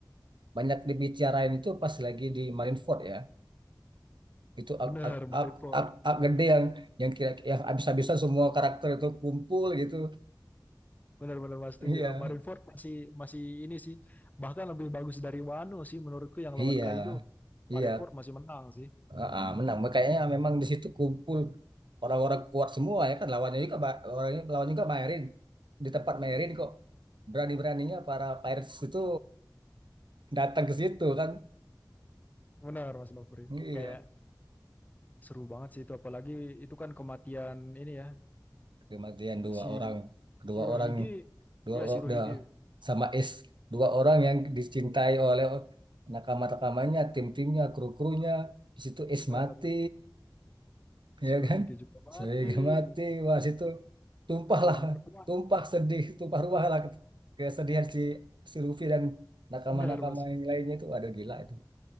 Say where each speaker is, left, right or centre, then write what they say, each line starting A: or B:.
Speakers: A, on the right; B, on the left.
A: banyak dibicarain itu pas lagi di Marineford ya. Itu
B: Bener,
A: arc arc
B: Marineford.
A: arc arc, arc gede yang yang kira yang habis-habisan semua karakter itu kumpul gitu.
B: Benar-benar Mas setuju.
A: Iya.
B: Marineford masih masih ini sih bahkan lebih bagus dari Wano sih menurutku yang
A: Iya.
B: lawan Kaido.
A: Iya.
B: Marineford masih menang sih.
A: Ah, ah, menang. Kayaknya memang di situ kumpul orang-orang kuat semua ya kan lawannya juga ba- orangnya lawannya juga Maerin. Di tempat Maerin kok berani-beraninya para pirates itu datang ke situ kan
B: Benar Mas Nopri.
A: iya
B: Kayak seru banget sih itu apalagi itu kan kematian ini ya
A: kematian dua
B: si
A: orang dua
B: Shirohige
A: orang dua
B: ya Shirohige.
A: udah sama es dua orang yang dicintai oleh nakama-nakamanya tim-timnya kru-krunya di situ es
B: Benar.
A: mati
B: Shirohige
A: ya kan
B: juga mati
A: Sehingga mati
B: yang
A: wah situ tumpahlah
B: orang terkuat.
A: tumpah sedih tumpah ruah lah kesedihan si si Luffy dan nakama-nakama
B: Benar Mas.
A: yang lainnya itu aduh gila itu